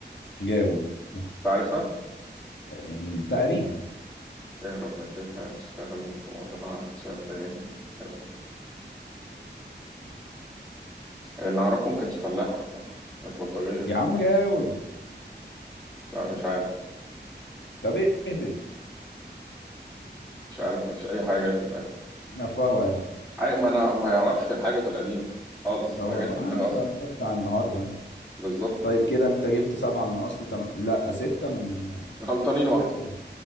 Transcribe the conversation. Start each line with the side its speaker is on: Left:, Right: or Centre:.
Left: جاوب ها.
Centre: تعرفها
Left: يعني تقريبا
Centre: تهرب من بيتها تشتغل في مزرعة شاب غني وبيحبه اللي أعرفه ما كانتش فلاحة كانت بلطجية
Left: يا عم جاوب
Centre: لا مش عارف
Left: طب اهبد
Centre: مش عارف مش أي حاجة في دماغي
Left: فهو هو ارانب
Centre: أي ما أنا ما يعرفش الحاجة في القديم خالص
Left: هو
Centre: ما جاش في
Left: ما
Centre: دماغي
Left: انت
Centre: أصلا
Left: انت بتاع النهارده انت
Centre: بالظبط
Left: طيب كده انت جبت سبعة من اصل تم... لا ستة من
Centre: غلطانين واحدة
Left: ستة